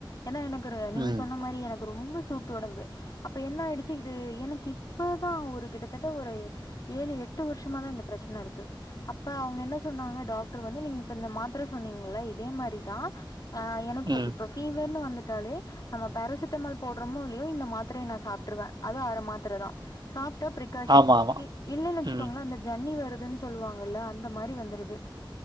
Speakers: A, on the left; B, on the right.
A: ஏன்னா எனக்கு நீங்க
B: ம்
A: சொன்ன மாரி எனக்கு ரொம்ப சூட்டு உடம்பு அப்ப என்ன ஆயிடுச்சு இது எனக்கு இப்பதா ஒரு கிட்டத்தட்ட ஒரு ஏழு எட்டு வருஷமாதா இந்த பிரச்சன இருக்கு அப்ப அவங்க என்ன சொன்னாங்க டாக்டர் வந்து நீங்க இப்ப இந்த மாத்திரை சொன்னீங்கல இதே மாதிரிதா ஆ எனக்கு
B: ம்
A: இப்ப ஃபீவர்ன்னு வந்துட்டு ட்டாலே நம்ம பேராசிட்டமால் போடுறோமோ இல்லையோ இந்த மாத்திரைய நா சாப்பிட்டுருவே அது அர மாத்திர தா சாப் ட்ட பிரிகாஷன்
B: ஆமா ஆமா
A: இல்லைன்னு வச்சுக்கோங்களே
B: ம்
A: அந்த ஜன்னி வருது துன்னு சொல்லுவாங்க ஒரு வேல அந்த மாதிரி வந்துருது